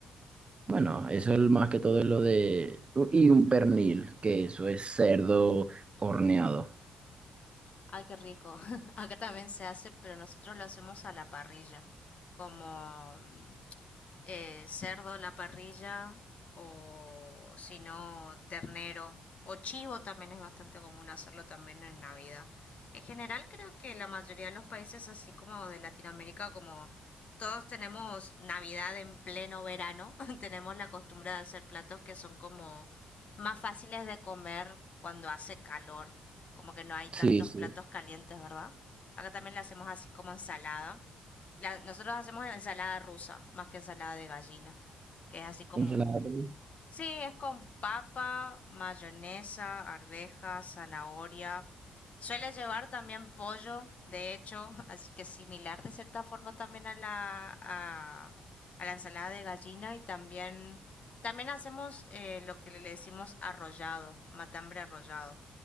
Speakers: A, on the right (about 35°); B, on the left (about 45°).
A: Bueno, eso es más que todo lo de... Y un pernil, que eso es cerdo horneado.
B: Ay, qué rico. <laughs> Acá también se hace, pero nosotros lo hacemos a la parrilla. Como mm, eh, cerdo en la parrilla o si no ternero o chivo también es bastante común hacerlo también en Navidad. En general creo que la mayoría de los países así como de Latinoamérica como todos tenemos Navidad en pleno verano, <laughs> tenemos la costumbre de hacer platos que son como más fáciles de comer cuando hace calor, como que no hay tantos
A: Sí, sí.
B: platos calientes, ¿verdad? Acá también le hacemos así como ensalada la- nosotros hacemos ensalada rusa, más que ensalada de gallina, que es así como,
A: Ensalada rusa,
B: sí, es con papa, mayonesa, arvejas, zanahoria. Suele llevar también pollo, de hecho, <laughs> así que similar de cierta forma también a la, a, a la ensalada de gallina y también, también hacemos eh, lo que le decimos arrollado, matambre arrollado